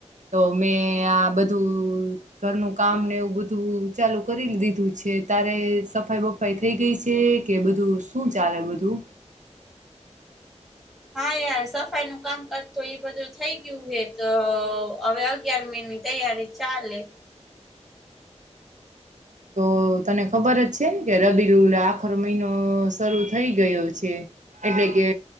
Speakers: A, on the right; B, in the centre.
A: તો મેં આ બધું ઘરનું કામ ને એવું બધું ચાલુ કરી દીધું છે. તારે સફાઈ બફાઈ થઈ ગઈ છે. કે બધું શું ચાલે બધું.
B: હા યાર સફાઈ નું કામકાજ તો એ બધું થઈ ગયું હ તો હવે અગિયાર મહિના ની તૈયારી ચાલે
A: તો તને ખબર જ છે ને કે રબીરુલ આખર મહિનો શરૂ થઈ ગયો છે. એટલે કે